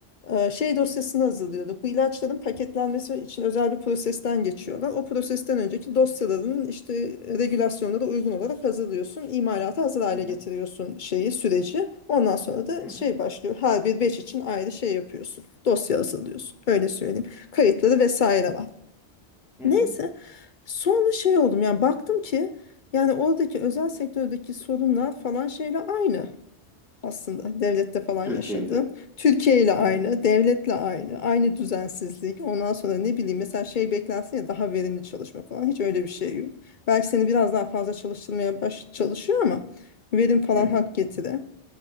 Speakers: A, on the left; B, in the centre.
A: Ee, şey dosyasını hazırlıyorduk. Bu ilaçların paketlenmesi için özel bir prosesten geçiyorlar. O prosesten önceki dosyaların işte regülasyonlara uygun olarak hazırlıyorsun. İmalata hazır hale
B: Hı hı,
A: getiriyorsun şeyi, süreci. Ondan sonra da
B: hı hı,
A: şey başlıyor. Her bir batch için ayrı şey yapıyorsun. Dosya hazırlıyorsun. Öyle söyleyeyim. Kayıtları vesaire var.
B: hı
A: Neyse
B: hı.
A: sonra şey oldum yani baktım ki yani oradaki özel sektördeki sorunlar falan şeyle aynı. Aslında devlette falan
B: Türkiye
A: yaşadın.
B: ile.
A: Türkiye ile aynı,
B: Hı hı,
A: devletle aynı, aynı düzensizlik. Ondan sonra ne bileyim mesela şey beklersin ya daha verimli çalışma falan. Hiç öyle bir şey yok. Belki seni biraz daha fazla çalıştırmaya baş çalışıyor ama verim falan
B: hı hı.
A: hak getire.